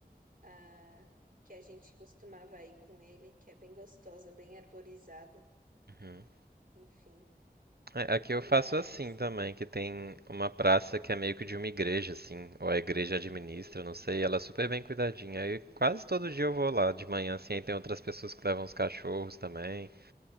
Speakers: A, on the right; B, on the right.
A: a, que a gente costumava ir com ele, que é bem gostosa, bem arborizada,
B: uhum.
A: enfim.
B: É, aqui
A: Mas.
B: eu faço assim também, que tem uma praça que é meio que de uma igreja, assim, ou a igreja administra,
A: é,
B: não sei, e ela é super bem cuidadinha. Aí quase todo
A: eu-
B: dia eu vou lá de manhã, assim, aí tem outras pessoas que levam os cachorros também.